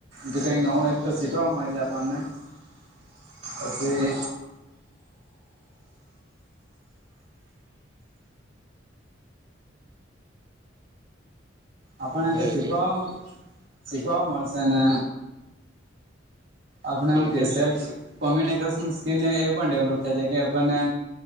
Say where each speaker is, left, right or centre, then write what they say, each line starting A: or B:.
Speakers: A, on the right; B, on the right.
A: તે કઈ નવુ એક તો શીખવા મળે છે આપણને. પછી આપણનેથી
B: જે
A: શીખવા-શીખવા
B: જે
A: મળશે ને આપણે હુ કે
B: જે
A: સેલ્ફ કોમ્યુનિકેશન સ્કીલને એ પણ ડેવલોપ થાય છે, કે આપણને